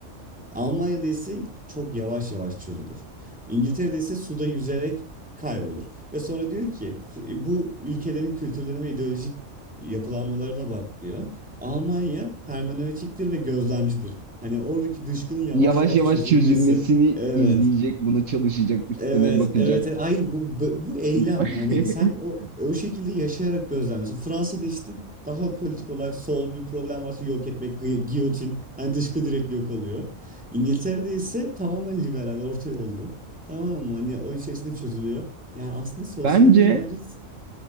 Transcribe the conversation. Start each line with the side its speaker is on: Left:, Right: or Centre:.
Centre: Almanya'da ise çok yavaş yavaş çözülür. İngiltere'de ise suda yüzerek kaybolur. Ve sonra diyor ki "F- bu ülkelerin kültürlerine ve ideolojik yapılanmalarına bak diyor. Almanya hermenötiktir ve gözlemcidir. Hani oradaki dışkının yavaş
Right: Yavaş
Centre: yavaş
Right: yavaş
Centre: çözülmesi.
Right: çözülmesini
Centre: Evet.
Right: izleyecek, buna çalışacak, üstüne
Centre: Evet,
Right: bakacak.
Centre: evet. evet. Hayır bu bu bu eylem
Right: <laughs>
Centre: yani sen o o şekilde yaşayarak gözlemliyorsun. Fransa'da işte daha politik olarak sol bir problem varsa yok etmek, gı- giyotin, hani dışkı direkt yok oluyor. İngiltere'de ise tamamen liberal, orta yollu. Tamam mı? Hani o içerisinde çözülüyor. Yani aslında sosyal
Right: Bence
Centre: mimari